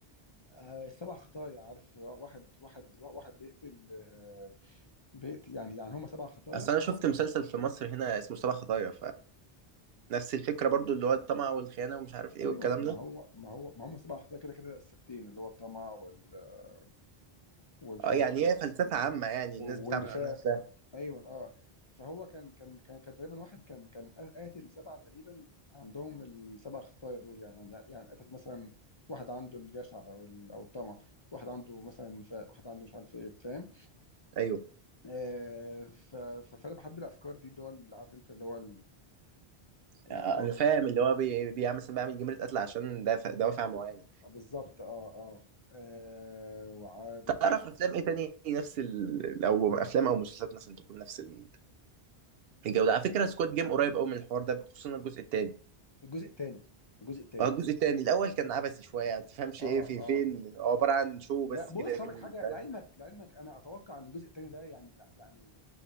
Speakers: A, on the left (about 40°); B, on the right (about 70°).
A: آه السبع خطايا عارف واحد واحد واحد بيقتل آه بيقتل يعني يعني هم سبع خطايا
B: اصل انا شفت
A: معروف
B: مسلسل في مصر هنا اسمه سبع خطايا فنفس الفكره برضو اللي هو الطمع والخيانه ومش عارف ايه
A: ايوه
B: والكلام
A: ما
B: ده
A: هو ما هو ما هم سبع خطايا كده كده ثابتين اللي هو الطمع وال آه، ومش
B: اه
A: عارف
B: يعني
A: و...
B: هي فلسفه
A: و...
B: عامه يعني
A: والنفاق
B: الناس بتعمل عنها افلام
A: ايوه اه فهو كان كان كان, كان تقريبا واحد كان كان قاتل سبعه تقريبا عندهم السبع خطايا دول يعني يعني يعني قتل مثلا واحد عنده الجشع او ال- او الطمع واحد عنده مثلا النفاق واحد عنده مش عارف ايه فاهم
B: ايوه
A: آه ف- ف- فانا بحب الافكار دي اللي هو ال- عارف انت اللي هو ال- العقاب
B: آه، انا فاهم
A: ده.
B: اللي هو بي- بيعمل مثلا بيعمل جمله قتل عشان دافع دوافع معينه
A: آه، بالظبط اه اه آه، وعارف
B: تعرف افلام ايه تاني نفس ال... او افلام او مسلسلات مثلا تكون نفس ال- الجوده على فكره سكواد جيم قريب قوي من الحوار ده خصوصا الجزء التاني
A: الجزء الثاني الجزء الثاني
B: اه الجزء التاني الاول كان عبثي شويه ما تفهمش
A: اه
B: ايه في
A: اه
B: فين هو عباره عن شو
A: لا
B: بس
A: بص
B: كده جميل
A: هقول لك حاجه
B: فاهم
A: لعلمك لعلمك انا اتوقع ان الجزء الثاني ده يعني يعني يعني